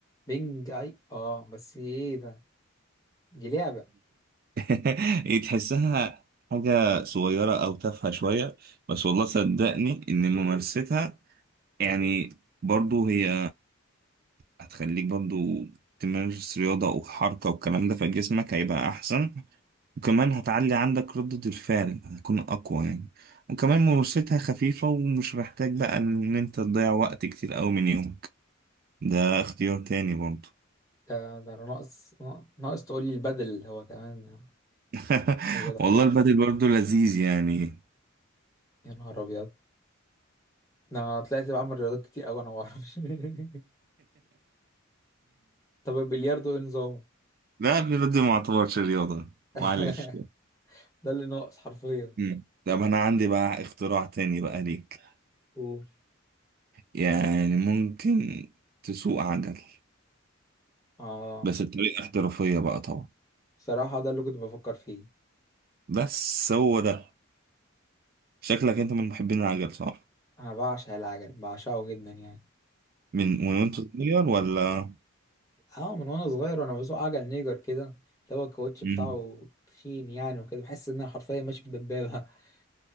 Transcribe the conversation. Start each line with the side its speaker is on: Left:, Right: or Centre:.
Left: بينج اي اه بس ايه ده دي لعبة
Right: <laughs> هي تحسها حاجة صغيرة او تافهة شوية بس والله صدقني ان ممارستها يعني برضه هي هتخليك برضه تمارس رياضة وحركة والكلام ده فجسمك هيبقى احسن وكمان هتعلي عندك ردة الفعل هتكون أقوى يعني وكمان ممارستها خفيفة ومش محتاج بقى إن أنت تضيع وقت كتير أوي من يومك ده اختيار تاني برضه
Left: ده ده انا ناقص ناقص تقول لي البدل هو كمان
Right: <laughs>
Left: رياضة حلوة
Right: والله البادل برضه لذيذ يعني
Left: يا نهار ابيض ده انا طلعت بعمل رياضات كتير اوي انا ما اعرفش <laughs> طب البلياردو ايه نظامه
Right: لا البادل ما اعتبرش رياضة
Left: <laughs>
Right: معلش
Left: ده اللي ناقص حرفيا
Right: مم. طب أنا عندي بقى اختراع تاني بقى ليك
Left: قول
Right: يعني ممكن تسوق عجل
Left: اه
Right: بس بطريقة احترافية بقى طبعا
Left: صراحة ده اللي كنت بفكر فيه
Right: بس هو ده شكلك أنت من محبين العجل صح؟
Left: انا بعشق العجل بعشقه جدا يعني
Right: من من وانت صغير ولا
Left: اه من وانا صغير وانا بسوق عجل نيجر كده اللي هو الكاوتش
Right: مم.
Left: بتاعه تخين يعني وكده بحس ان انا حرفيا ماشي بدبابه <laughs>